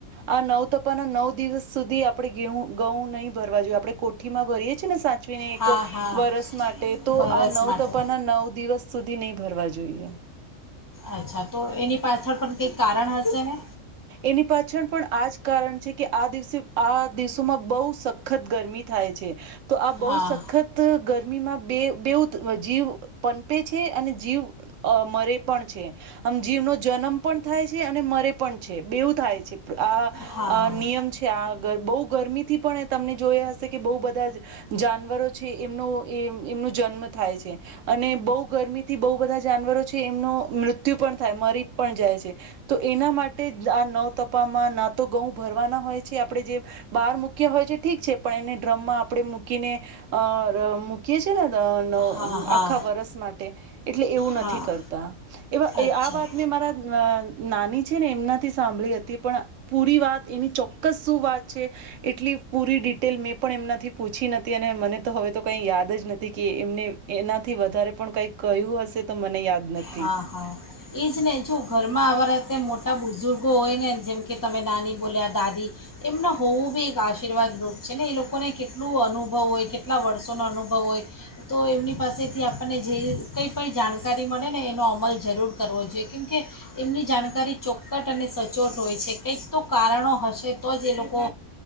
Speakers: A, on the right; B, on the left.
A: આ નવતપાના નવ દિવસ સુધી આપડે ગેઉ ઘઉં નહી ભરવા જોઈએ. આપડે કોઠીમાં ભરીએ છીએ ને સાચ ચવીને
B: હા
A: એક
B: હા
A: વરસ માટે તો
B: વરસ
A: આ નવતપાના
B: માટે
A: નવ દિવસ સુધી નહી ભરવા જોઈએ.
B: અચ્છા તો એની પાછળ પણ કંઈક કારણ હશે ને?
A: એની પાછળ પણ આજ કારણ છે કે આ દિવસે આ દિવસોમાં બવ સખત ગરમી થાય છે. તો આ બવ
B: હા
A: સખત ગરમીમાં બે બેવ જીવ પનપે છે અને જીવ અ મરે પણ છે આમ જીવનો જન્મ પણ થાય છે અને મરે પણ બેવું થાય છે આ
B: હા
A: નિયમ છે આ બહ ગરમીથી પણ જોયા હશે કે બહુ બધા જાનવરો છે એમનો એમનો જન્મ થાય છે, અને બહુ ગરમીથી બહુ બધા જાનવરો છે એમનો મૃત્યુ પણ થાય મરી પણ જાય છે તો એના મા આ ન તપામાં ના તો ઘઉં ભરવાના હોય છે આપડણે જે બહાર મૂક્યા હોય છે ઠીક છે પણ એને ડ્રમમાં આપણે મૂકીને અ મૂકીએ છે ને. આખા
B: હા હા
A: વર્સ માટે એટલે એવું
B: હા
A: નથી કરતા એ
B: અચ્છા
A: આ વાત મેં મારા નાની છે ને એમનાથી સાંભળી હતી પણ પૂરી વાત એની ચોક્કસ શું વાત છે, એટલી પૂરી ડિટેલ મેં પણ એમનાથી પૂછી નથી અને મને તો હવે તો કઈ યાદ જ નથી કે એમને એનાથી વધારે પણ કઈ કહ્યું હશે. તો મને યાદ નથી
B: હા હા એજ ને જો ઘરમાં આવવારા. તે મોટા બુઝુર્ગો હોય નેને જેમ કે તમે નાની બોલ્યા દાદી એમના હોવું બી એક આશીર્વાદ રૂપ છે, ને એ લોકોને કેટલું અનુભવ હોય કેટલા વર્ષોનો અનુભવ હોય તો એમની પાસેથી આપણને જે કંઈ પણઈ જાણ. જાણકારી મળે ને એનો અમલ જરૂર કરવો જોઈએ, કેમ કે એમની જાણકા કરી ચોક્કટ અને સચોટ હોય છે કંઈક તો કારણો હશે તો જ એ લોકો